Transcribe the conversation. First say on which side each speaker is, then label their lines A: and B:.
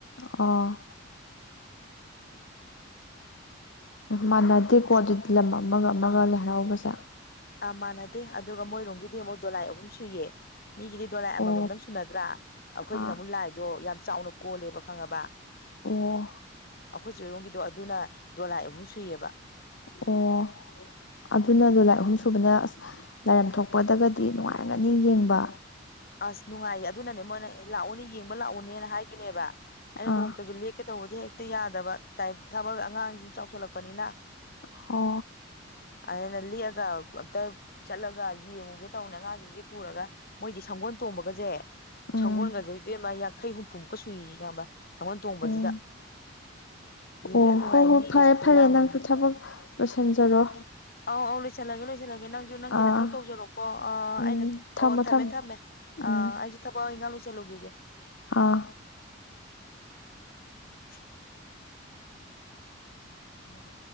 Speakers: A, on the left; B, on the left.
A: ꯑꯣ꯫ ꯃꯥꯟꯅꯗꯦꯀꯣ
B: ꯑꯁ
A: ꯑꯗꯨꯗꯤ ꯂꯝ ꯑꯃꯒ ꯑꯃꯒ
B: ꯑꯥ
A: ꯂꯥꯏ ꯍꯔꯥꯎꯕꯁꯦ꯫
B: ꯑꯥ ꯃꯥꯟꯅꯗꯦ ꯑꯗꯨꯒ ꯃꯣꯏꯔꯣꯝꯒꯤꯗꯤ ꯑꯃꯨꯛ ꯗꯣꯂꯥꯏ ꯑꯍꯨꯝ ꯁꯨꯏꯌꯦ꯫ ꯃꯤꯒꯤꯗꯤ ꯗꯣꯂꯥꯏ
A: ꯑꯣ
B: ꯑꯃꯃꯝ ꯗꯪ ꯁꯨꯅꯗ꯭ꯔꯥ ꯑꯩꯈꯣꯏꯒꯤꯅ
A: ꯑꯥ
B: ꯑꯃꯨꯛ ꯂꯥꯏꯗꯣ ꯌꯥꯝ ꯆꯥꯎꯅ ꯀꯣꯜꯂꯦꯕ ꯈꯪꯉꯕ꯫
A: ꯑꯣ
B: ꯑꯈꯣꯏ ꯆ‌ꯦꯍꯣꯏꯔꯣꯝꯒꯤꯗꯣ ꯑꯗꯨꯅ ꯗꯣꯂꯥꯏ ꯑꯍꯨꯝ ꯁꯨꯏꯌꯦꯕ
A: ꯑꯣ ꯑꯗꯨꯅ ꯗꯣꯂꯥꯏ ꯑꯍꯨꯝ ꯁꯨꯕꯅ ꯑꯁ ꯂꯥꯏꯔꯝ ꯊꯣꯛꯄꯗꯒꯗꯤ ꯅꯨꯡꯉꯥꯏꯔꯒꯅꯤ ꯌꯦꯡꯕ
B: ꯑꯁ ꯅꯨꯡꯉꯥꯏꯌꯦ ꯑꯗꯨꯅꯅꯦ ꯃꯣꯏꯅ ꯂꯥꯛꯑꯣꯅꯦ ꯌꯦꯡꯕ ꯂꯥꯛꯑꯣꯅꯦꯅ ꯍꯥꯏꯗꯣꯏꯅꯦꯕ ꯑꯩꯅ
A: ꯑꯥ
B: ꯅꯣꯡꯃꯇꯁꯨ ꯂꯦꯛ ꯀꯦ ꯇꯧꯕꯁꯦ ꯍꯦꯛꯇ ꯌꯥꯗꯕ ꯇꯥꯏꯞ ꯊꯕꯛ ꯑꯉꯥꯡꯁꯤꯡ ꯆꯥꯎꯁꯜꯂꯛꯄꯅꯤꯅ
A: ꯍꯣ
B: ꯑꯗꯨꯅ ꯂ‌ꯦꯛꯑꯒ ꯑꯝꯇ ꯆꯠꯂꯒ ꯌꯦꯡꯉꯨꯒꯦ ꯇꯧꯅꯦ ꯑꯉꯥꯡꯁꯤꯡꯁꯦ ꯄꯨꯔꯒ ꯃꯣꯏꯗꯤ ꯁꯪꯒꯣꯜ ꯇꯣꯡꯕꯒꯁꯦ
A: ꯎꯝ
B: ꯁꯪꯒꯣꯜꯒꯁꯦ ꯏꯕꯦꯝꯃ ꯌꯥꯡꯈꯩ ꯍꯨꯝꯐꯨꯃꯨꯛꯀ ꯁꯨꯏꯌ‌ꯦ ꯈꯪꯉꯥꯕ ꯁꯪꯒꫭꯟ ꯇꯣꯡꯕꯁꯤꯗ
A: ꯎꯝ
B: ꯌꯦꯡꯕ
A: ꯑꯣ
B: ꯌꯥꯝ ꯅꯨꯡꯉꯥꯏ
A: ꯍꯣꯏ ꯍꯣꯏ
B: ꯃꯤꯒꯁꯦ
A: ꯐꯔꯦ
B: ꯈꯨꯌꯥꯝ
A: ꯐꯔꯦ ꯅꯪꯁꯨ
B: ꯑꯃꯅꯦ
A: ꯊꯕꯛ ꯂꯣꯏꯁꯤꯟꯖꯔꯣ
B: ꯑꯧ ꯑꯧ ꯂꯣꯏꯁꯤꯜꯂꯒꯦ ꯂꯣꯏꯁꯤꯜꯂꯒꯦ ꯅꯪꯁꯨ ꯅꯪꯒꯤ
A: ꯑꯥ
B: ꯅꯊꯧ ꯇꯧꯖꯔꯛꯀꯣ ꯑ
A: ꯎꯝ
B: ꯑꯩꯅ ꯑꯣ
A: ꯊꯝꯃꯣ
B: ꯊꯝꯃꯦ
A: ꯊꯝꯃꯣ
B: ꯊꯝꯃꯦ ꯑ
A: ꯎꯝ
B: ꯑꯩꯁꯨ ꯊꯕꯛ ꯏꯪꯒꯥꯡ ꯂꫭꯏꯁꯜꯂꯨꯒꯤꯒ‌ꯦ
A: ꯑꯥ
B: ꯑ ꯑꯃꯥꯖ‌ꯦ